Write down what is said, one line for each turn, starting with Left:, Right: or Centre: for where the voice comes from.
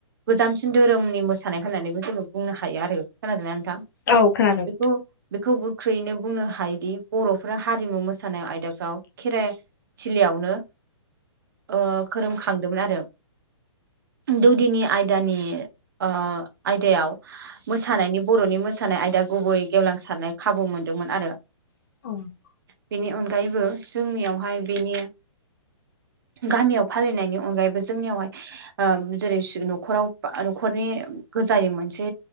Right: गोजाम बांसिन धोरोमनि मोसानाय होननानैबो जोङो बुंनो हायो आरो, खोनादोंना नोंथां?
Left: औ खोनादों।
Right: बेखौ बेखौ गोख्रैयैनो बुंनो हायोदि बर'फोरा हारिमु मोसानाय आयदाफ्राव खेराइ थिलियावनो ओ खोरोमखांदोंमोन आरो। दौदिनि आयदानि ओ आयदायाव मोसानायनि बर'नि मोसानाय आयदा गुबै गेवलांसारनाय खाबु मोन्दोंमोन आरो
Left: नोंथां औ
Right: बेनि अनगायैबो जोंनियावहाय बेनि गामियाव फालिनायनि अनगायैबो जोंनियावहाय ओ जेरै सि न'खराव बा न'खरनि गोजायै मोनसे